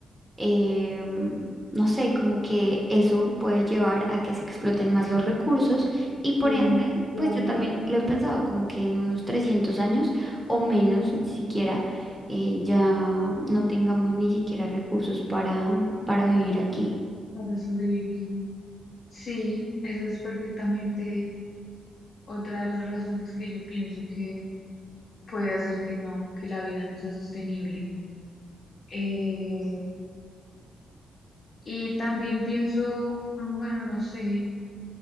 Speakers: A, in the centre; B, on the left.
A: em, no sé, como que eso puede llevar a que se exploten más los recursos y por
B: Mm,
A: ende,
B: claro,
A: pues yo también lo he pensado, como que en unos 300 años o menos, ni siquiera, eh, ya no tengamos ni siquiera recursos para, para vivir aquí.
B: para sobrevivir. Sí, esa es perfectamente otra de las razones que yo pienso que puede hacer que no, que la vida no sea sostenible. Eh, y también pienso, mm, bueno, no sé,